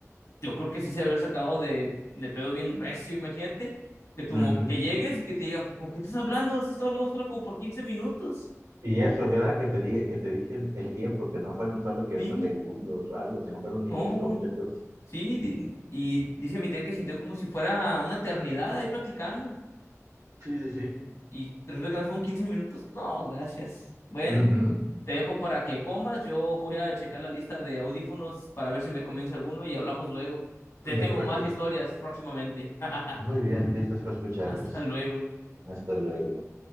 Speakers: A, on the left (about 65°); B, on the right (about 75°).
A: yo creo que sí se había sacado de, de pedo bien recio, imagínate, que tu
B: ujú.
A: mo- que llegues y que te diga, "Pues, ¿con qué estás hablando? Has estado hablando solo como por quince minutos.
B: Y eso, ¿verdad? Que te, di- que te dicen el tiempo, que no fueron solo que
A: Sí,
B: unos segundos o algo, sino fueron minutos
A: no,
B: completos.
A: sí, di- y dice mi tía que sintió como si fuera una eternidad ahí platicando.
B: Sí, sí, sí.
A: Y resulta que no fueron 15 minutos. No, gracias. Bueno,
B: Ujú,
A: te dejo para que comas. Yo voy a checar la lista de audífonos para ver si me convence alguno y hablamos luego. Te
B: De
A: tengo
B: acuerdo.
A: más historias próximamente. <laughs>
B: Muy bien, listos para escucharlos.
A: Hasta luego.
B: Hasta luego.